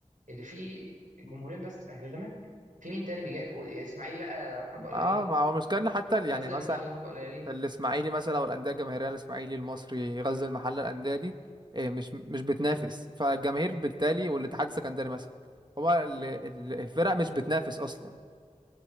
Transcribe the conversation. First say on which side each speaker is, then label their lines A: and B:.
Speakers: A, on the right; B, on the right.
A: اللي فيه جمهورين بس اهلي وزمالك في مين تاني بيجي واسماعيلي بقى حبه قليلين
B: اه ما هو المشكله ان حتى ال- يعني
A: غزل
B: مثلا
A: لما الحل حبه قليلين
B: الاسماعيلي مثلا او الانديه الجماهيريه الاسماعيلي المصري غزل المحله الانديه دي آه، مش مش بتنافس فالجماهير بالتالي والاتحاد السكندري مثلا هو ال-
A: امم
B: ال- الفرق مش بتنافس اصلا